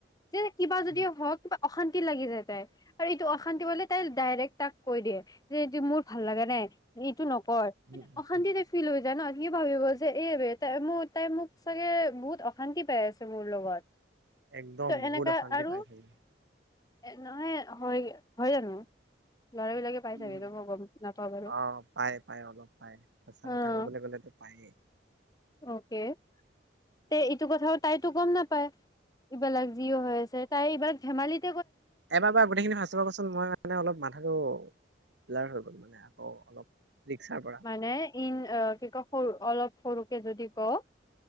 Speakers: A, on the left; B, on the right.
A: যে কিবা যদি
B: উম
A: হওক কিবা অশান্তি লাগি যায় তাই আৰু এইটো অশান্তি পালে তাই ডাইৰেক্ট তাক কৈ দিয়ে যে এইটো মোৰ ভাল লাগা নাই এইটো নকৰ মানে
B: উম উম
A: অশান্তিতে
B: উম
A: ফিল হৈ যায় ন সি ভাবিব যে এহ বে তাই তাই মোক চাগে বহুত অশান্তি পাই আছে মোৰ লগত
B: একদম
A: তহ
B: বহুত
A: এনেকা
B: অশান্তি
A: আৰু
B: পাইছিলো
A: এ নহয় হয় হয় জানো ল'ৰাবিলাকে পাই
B: উম
A: চাগে এতিয়া মই গম নাপাও বাৰু,
B: অ', পায় পায় অলপ পায় সঁচা
A: অহ
B: কথা ক'বলৈ গ'লেতো পায়েই
A: অকে তেহ এইটো কথা তাইতো গম নাপ পায় এইবিলাক যিও হৈ আছে তাই এইবাৰ ধেমালিত
B: এবাৰবাৰ গোটেইখিনি সচাকে কচোন মই মানে অলপ মাথাটো ব্লাৰ হৈ গ'ল মানে আকৌ অলপ ৰিক্সাৰ পৰা
A: মানে ইন অহ অলপ সৰু অলপ সৰু যদি ক